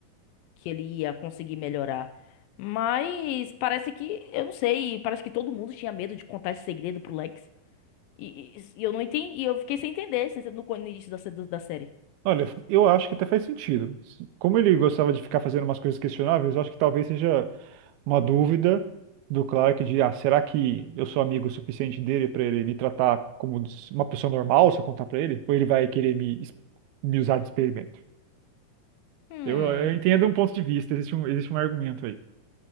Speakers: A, on the left; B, on the right.
A: que ele ia conseguir melhorar. Mas parece que, eu não sei, parece que todo mundo tinha medo de contar esse segredo pro Lex. E, e- e eu não entendi, e eu fiquei sem entender se- no, co- no início da, se- do- da série.
B: Olha, eu acho que até faz sentido. Como ele gostava de ficar fazendo umas coisas questionáveis, eu acho que talvez seja. uma dúvida do Clark de, ah, será que eu sou amigo o suficiente dele para ele me tratar como uma pessoa normal se eu contar para ele? Ou ele vai querer me, es- me usar de experimento?
A: Hum.
B: Eu, eu entendo um ponto de vista, existe um, existe um argumento aí.